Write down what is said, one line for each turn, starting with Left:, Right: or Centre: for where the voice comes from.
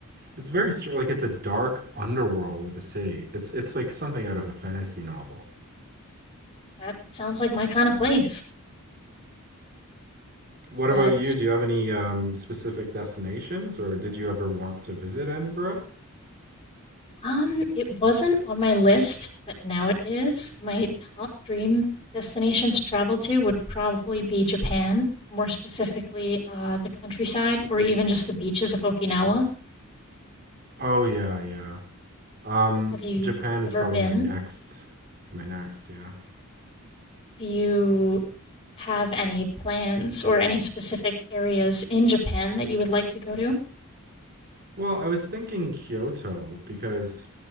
Right: it's very str- like it's a dark underworld of a city. It's it's like something out of a fantasy novel.
Left: That sounds like my kind of place.
Right: What
Left: But
Right: about you? Do you have any um, specific destinations, or did you ever want to visit Edinburgh?
Left: um it wasn't on my list, but now it is. My top dream destination to travel to would probably be Japan, more specifically uh the countryside or even just the beaches of Okinawa.
Right: Oh yeah, yeah. Um,
Left: Have you
Right: Japan is
Left: ever
Right: probably
Left: been?
Right: my next, my next, yeah.
Left: Do you have any plans or any specific areas in Japan that you would like to go to?
Right: Well, I was thinking Kyoto because